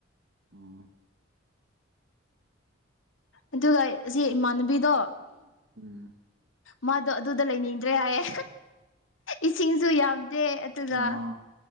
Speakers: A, on the right (about 65°); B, on the left (about 80°).
A: ꯎꯝ
B: ꯑꯗꯨꯒ ꯑꯁꯤ ꯏꯃꯥꯟꯅꯕꯤꯗꯣ
A: ꯎꯝ
B: ꯃꯥꯗꯣ ꯑꯗꯨꯗ ꯂꯩꯅꯤꯡꯗ꯭ꯔꯦ ꯍꯥꯏꯌꯦ ꯏꯁꯤꯡꯁꯨ ꯌꯥꯝ ꯗꯦ ꯑꯗꯨꯒ
A: ꯑꯥ